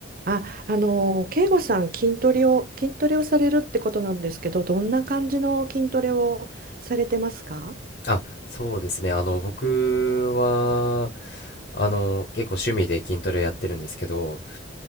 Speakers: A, on the right (about 45°); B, on the left (about 50°).
A: あ、あの、慶吾さん、筋トレを、筋トレをされるってことなんですけど、どんな感じの筋トレをされてますか
B: あ、そうですね。あの、僕は、あの、結構趣味で筋トレをやってるんですけど、